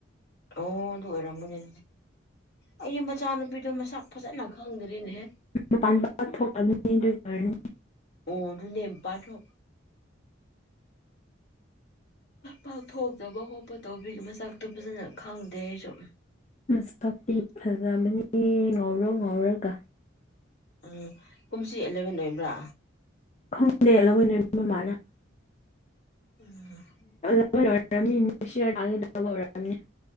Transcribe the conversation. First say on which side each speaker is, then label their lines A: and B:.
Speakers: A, on the left; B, on the left.
A: ꯑꯣ ꯑꯗꯨ ꯑꯣꯏꯔꯝꯒꯅꯤ ꯑꯩ ꯃꯆꯥꯅꯨꯄꯤꯗꯣ ꯃꯁꯛ ꯐꯖꯅ ꯈꯪꯗ꯭ꯔꯤꯅꯦꯍꯦ
B: ꯃꯄꯥꯟ ꯄꯥꯛ ꯊꯣꯛꯇꯕꯅꯤ ꯑꯗꯨꯒꯤ ꯑꯣꯏꯔꯅꯤ
A: ꯑꯣ ꯑꯗꯨ ꯅꯦꯝꯄꯥ ꯊ ꯄꯥꯛꯊꯣꯛꯇꯕ ꯈꯣꯠꯄ ꯇꯧꯕꯤꯒꯤ ꯃꯁꯛꯇꯣ ꯐꯖꯅ ꯈꯪꯗꯦ ꯑꯩꯁꯨ
B: ꯃꯁꯤ ꯐꯖꯕꯅꯦꯍꯦ ꯉꯥꯎꯔꯣꯛ ꯉꯥꯎꯔꯒ
A: ꯎꯝ ꯀꯨꯝꯁꯤ ꯑꯦꯂꯚꯦꯟ ꯑꯣꯏꯕ꯭ꯔꯥ
B: ꯈꯪꯗꯦ ꯂꯣꯏꯅ ꯃꯃꯥꯅ
A: ꯎꯝ
B: ꯍꯣꯏ ꯑꯣꯏꯔꯔꯕꯅꯤ ꯅꯦꯛꯁ ꯏꯔꯧꯕ ꯑꯣꯏꯔꯛꯝꯅꯤ